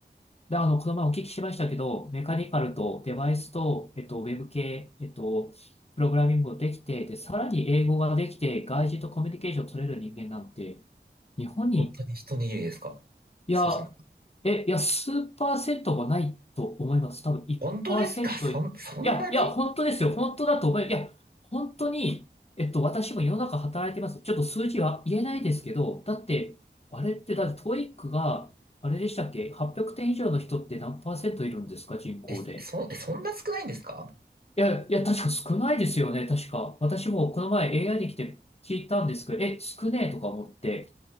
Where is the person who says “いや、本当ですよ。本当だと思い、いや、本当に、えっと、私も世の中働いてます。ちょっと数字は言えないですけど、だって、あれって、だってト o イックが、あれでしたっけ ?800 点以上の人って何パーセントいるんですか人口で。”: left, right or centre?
Left